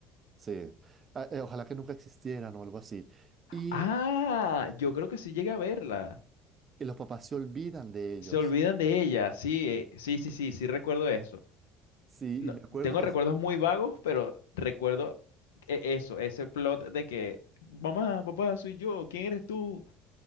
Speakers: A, on the right; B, on the left.
A: Sí, Ah, eh, ojalá que nunca existieran o algo así. Y,
B: Ah, yo creo que sí llegué a verla.
A: y los papás se olvidan de ellos.
B: Se olvidan de ella. Sí, eh, sí, sí, sí, sí recuerdo eso.
A: Sí,
B: No-
A: y me acuerdo,
B: tengo
A: nos,
B: recuerdos muy vagos, pero recuerdo e- eso, ese plot de que, mamá, papá, soy yo, ¿quién eres tú?